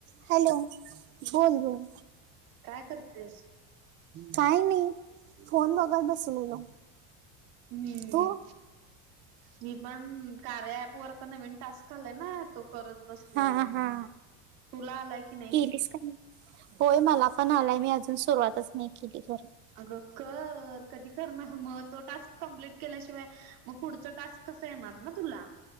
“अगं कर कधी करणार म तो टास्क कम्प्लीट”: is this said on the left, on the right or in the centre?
Right